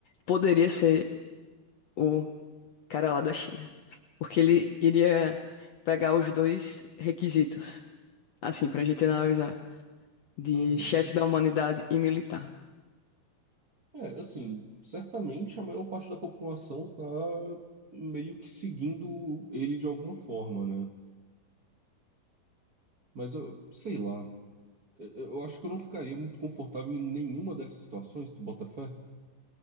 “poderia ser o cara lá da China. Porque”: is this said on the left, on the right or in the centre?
Left